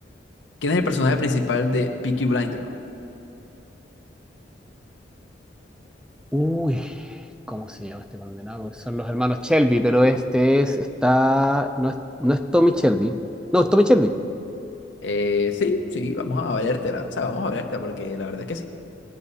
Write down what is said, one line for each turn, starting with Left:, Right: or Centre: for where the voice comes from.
Left: ¿Quién es el personaje principal de Peaky Blinder?
Centre: Uy, ¿cómo se llama este condenado? Porque Son los hermanos Shelby, pero este es, está, no es, no es Tommy Shelby. No, es Tommy Shelby.
Left: Eh, sí, sí, vamos a valértela. O sea, vamos a valértela porque la verdad es que sí.